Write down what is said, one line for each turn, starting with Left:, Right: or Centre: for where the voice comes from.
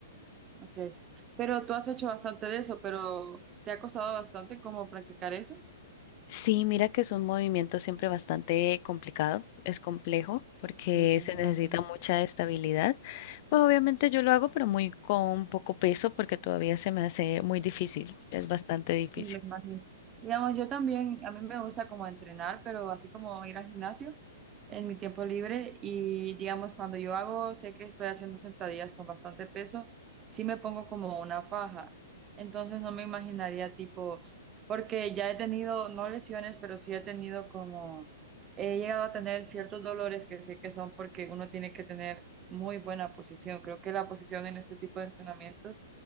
Right: Okay. Pero tú has hecho bastante de eso, pero ¿te ha costado bastante como practicar eso?
Left: Sí, mira que es un movimiento siempre bastante complicado, es complejo porque
Right: Sí,
Left: se
Right: Me imagino.
Left: necesita mucha estabilidad. Pues obviamente yo lo hago, pero muy con poco peso porque todavía se me hace muy difícil, es bastante difícil.
Right: Sí, lo imagino. Digamos, yo también, a mí me gusta como entrenar, pero así como ir al gimnasio en mi tiempo libre y digamos, cuando yo hago, sé que estoy haciendo sentadillas con bastante peso, sí me pongo como una faja. Entonces no me imaginaría tipo, porque ya he tenido, no lesiones, pero sí he tenido como, he llegado a tener ciertos dolores que sé que son porque uno tiene que tener muy buena posición. Creo que la posición en este tipo de entrenamientos